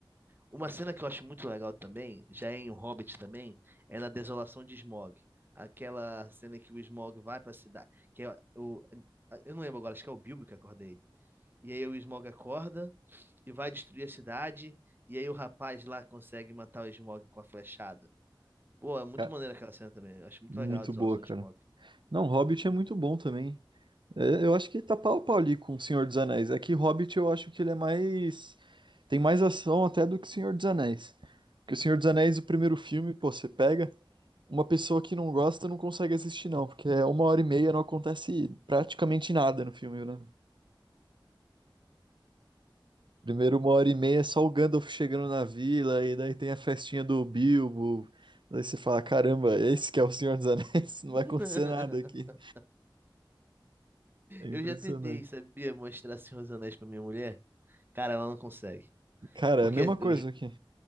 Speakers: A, on the right; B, on the right.
A: Uma cena que eu acho muito legal também, já é em O Hobbit também, é na Desolação de Smaug. Aquela cena que o Smaug vai pra cidade. Que é o... Eu não lembro agora, acho que é o Bilbo que acorda ele. E aí o Smaug acorda e vai destruir a cidade. E aí o rapaz lá consegue matar o Smaug com a flechada. Pô, é muito
B: É,
A: maneiro aquela cena também. Eu acho muito
B: muito
A: legal a desolação
B: boa, cara.
A: de Smaug.
B: Não, Hobbit é muito bom também. É, Eu acho que tá pau a pau ali com o Senhor dos Anéis. É que Hobbit eu acho que ele é mais. Tem mais ação até do que o Senhor dos Anéis. Porque o Senhor dos Anéis, o primeiro filme, pô, você pega. Uma pessoa que não gosta não consegue assistir, não. Porque é uma hora e meia, não acontece praticamente nada no filme, né? Primeiro, uma hora e meia é só o Gandalf chegando na vila. E daí tem a festinha do Bilbo. Daí você fala: caramba, esse que é o Senhor dos Anéis. <laughs> Não
A: <laughs>
B: vai acontecer nada aqui. É impressionante.
A: Eu já tentei, sabia, mostrar Senhor dos Anéis pra minha mulher. Cara, ela não consegue.
B: Cara,
A: Porque
B: é a mesma coisa
A: eu,
B: aqui.